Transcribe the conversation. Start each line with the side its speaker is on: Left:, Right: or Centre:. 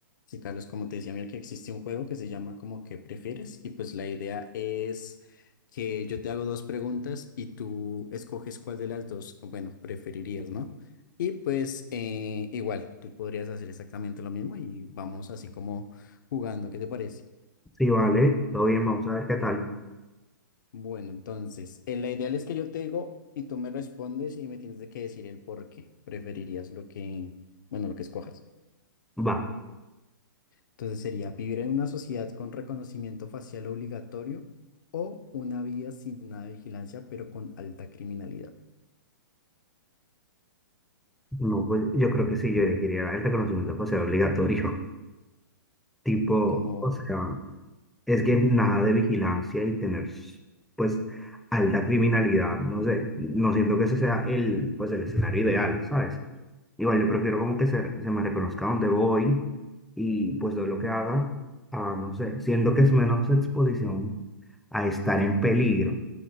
Left: Sí, Carlos, como te decía, mira que existe un juego que se llama como que prefieres y pues la idea es que yo te hago dos preguntas y tú escoges cuál de las dos, bueno, preferirías, ¿no? Y pues eh, igual, tú podrías hacer exactamente lo mismo y vamos así como jugando, ¿qué te parece?
Centre: Sí, vale, todo bien, vamos a ver qué tal.
Left: Bueno, entonces, eh, la ideal es que yo te digo y tú me respondes y me tienes de que decir el por qué preferirías lo que, bueno, lo que escojas.
Centre: Va,
Left: Entonces sería vivir en una sociedad con reconocimiento facial obligatorio o una vida sin nada de vigilancia, pero con alta criminalidad.
Centre: no, pues yo creo que sí, yo elegiría el reconocimiento facial obligatorio. <laughs> Tipo,
Left: Como,
Centre: o sea, es que nada de vigilancia y tener, pues, alta criminalidad, no sé, no siento que ese sea el, pues, el escenario ideal, ¿sabes? Igual yo prefiero como que se, se me reconozca donde voy y pues todo lo que haga, ah, no sé, siento que es menos exposición a estar en peligro.